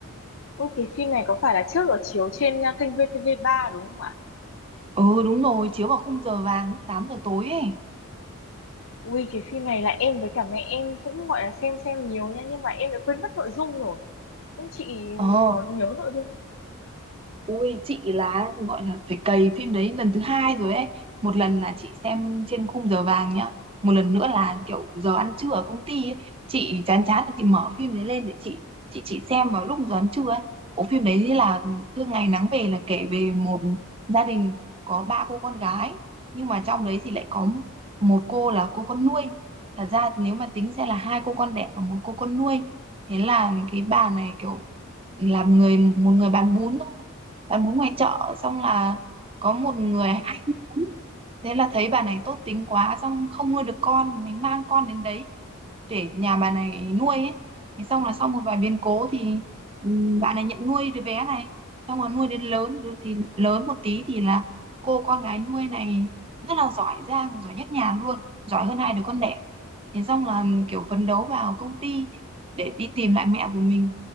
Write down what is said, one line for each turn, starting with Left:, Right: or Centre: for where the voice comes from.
Left: ui cái phim này có phải là trước ở chiếu trên à, kênh VTV3 đúng không ạ
Right: ừ đúng rồi chiếu vào khung giờ vàng lúc 8 giờ tối ấy
Left: ui cái phim này là em với cả mẹ em cũng gọi là xem xem nhiều nha nhưng mà em đã quên mất nội dung rồi nhưng chị
Right: ờ
Left: có nhớ nội dung không?
Right: Ui chị là gọi là phải cày phim đấy lần thứ hai rồi ấy một lần là chị xem trên khung giờ vàng nhá một lần nữa là kiểu giờ ăn trưa ở công ty ấy. chị chán chán là chị mở phim đấy lên để chị chị chị xem vào lúc giờ ăn trưa ấy. bộ phim đấy là thương ngày nắng về là kể về một gia đình có ba cô con gái nhưng mà trong đấy thì lại có một cô là cô con nuôi thật ra nếu mà tính sẽ là hai cô con đẻ và một cô con nuôi thế là cái bà này kiểu là người một người bán bún thôi bạn muốn ngoài chợ xong là có một người hay ăn thế là thấy bà này tốt tính quá xong không nuôi được con thì mình mang con đến đấy để nhà bà này nuôi ấy thế xong là sau một vài biến cố thì ừm, bạn này nhận nuôi đứa bé này xong rồi nuôi đến lớn đứa thì lớn một tí thì là cô con gái nuôi này rất là giỏi giang giỏi nhất nhà luôn giỏi hơn hai đứa con đẻ thế xong là ừ, kiểu phấn đấu vào công ty để đi tìm lại mẹ của mình